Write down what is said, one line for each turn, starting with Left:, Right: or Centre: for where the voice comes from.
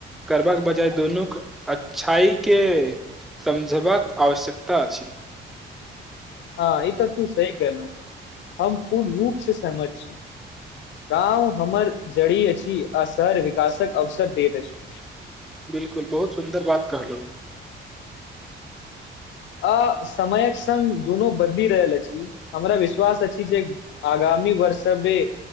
Centre: करबाक बजाय दुनूके अच्छाई के समझबाक आवश्यकता छी
Left: हाँ ई तऽ तू सही कहलौ हम पूर्ण रूप से सहमत छी गाँव हमर जड़ी अछि आ शहर विकासक अवसर दैत अछि
Centre: बिल्कुल बहुत सुन्दर बात कहलौ
Left: अ समयक संग दुनू बदलि रहल अछि हमरा विश्वास अछि जे आगामी वर्ष बे